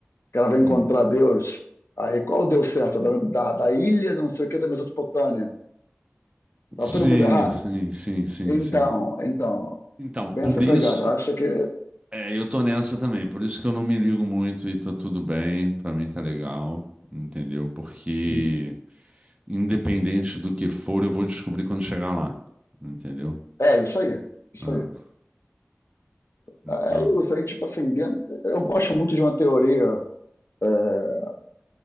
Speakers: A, on the left; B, on the right.
A: que ela vai encontrar
B: hum,
A: Deus. Aí qual deu certo? Da, da, da ilha, não sei o que, da Mesopotâmia. Tá
B: sim,
A: todo mundo errado?
B: sim, sim, sim,
A: Então,
B: sim.
A: então,
B: Então,
A: bem
B: por
A: essa
B: isso
A: pegada. Eu acho que
B: É, eu tô nessa também, por isso que eu não me ligo muito e tô tudo bem, pra mim tá legal, entendeu? Porque
A: hum,
B: independente do que for, eu vou descobrir quando chegar lá, entendeu?
A: é isso aí, isso
B: Ah,
A: aí.
B: então,
A: É isso aí, tipo assim, dentro- eu gosto muito de uma teoria, é,